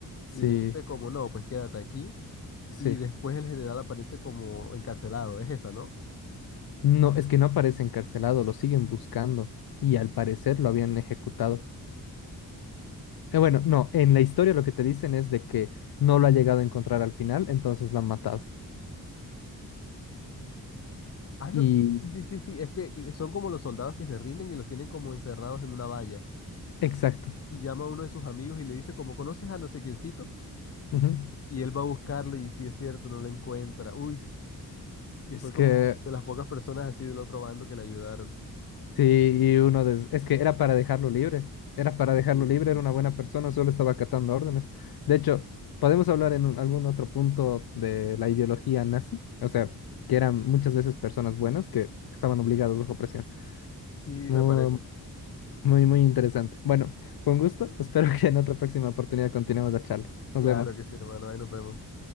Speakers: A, on the left; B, on the left.
A: sí,
B: y le dice como, no, pues quédate aquí.
A: sí.
B: Y después el general aparece como encarcelado, es esa, ¿no?
A: No, es que no aparece encarcelado, lo siguen buscando y al parecer lo habían ejecutado. Eh, bueno, no, en la historia lo que te dicen es de que no lo ha llegado a encontrar al final, entonces lo han matado.
B: Ah, no,
A: Y
B: sí, sí, sí, sí, es que eh, son como los soldados que se rinden y los tienen como encerrados en una valla.
A: exacto.
B: Y llama a uno de sus amigos y le dice como, ¿conoces a no sé quiéncito?
A: ujú.
B: Y él va a buscarlo y si es cierto, no la encuentra. Uy, y
A: Es
B: fue
A: que
B: como de las pocas personas así del otro bando que le ayudaron.
A: sí, y uno des- es que era para dejarlo libre. Era para dejarlo
B: Y...
A: libre, era una buena persona, solo estaba acatando órdenes. De hecho, podemos hablar en un- algún otro punto de la ideología nazi, o sea, que eran muchas veces personas buenas que estaban obligadas bajo presión.
B: Sí,
A: Muy,
B: me parece.
A: muy, muy interesante. Bueno, con gusto. Espero que en otra próxima oportunidad continuemos la charla. Nos
B: Claro
A: vemos.
B: que sí, hermano. Ahí nos vemos.